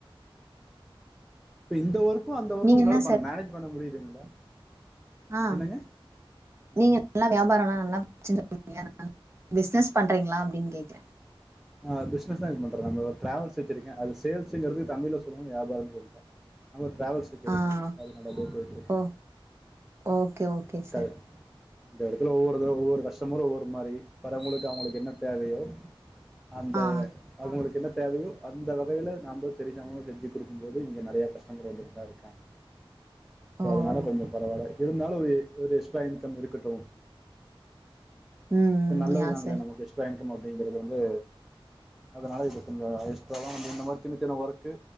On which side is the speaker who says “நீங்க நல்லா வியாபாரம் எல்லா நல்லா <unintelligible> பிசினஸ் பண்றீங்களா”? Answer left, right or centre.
Right